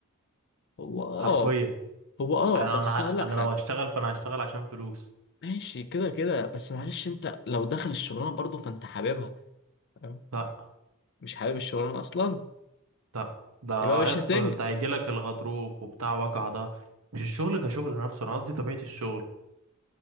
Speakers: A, on the left (about 50°); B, on the right (about 75°).
A: هو آه
B: حرفيا
A: هو اه
B: يعني
A: بس
B: انا ه-
A: اقول لك
B: انا
A: حاجه
B: لو هشتغل فانا هشتغل عشان فلوس
A: ماشي كده كده بس معلش انت لو داخل الشغلانه برضه فانت حاببها فاهم؟
B: لا
A: مش حابب الشغلانه اصلا
B: لا ده يا
A: يبقى مش
B: اسطى
A: هتنجح
B: انت هيجيلك الغضروف وبتاع وجع ده مش الشغل كشغل نفسه انا قصدي طبيعه الشغل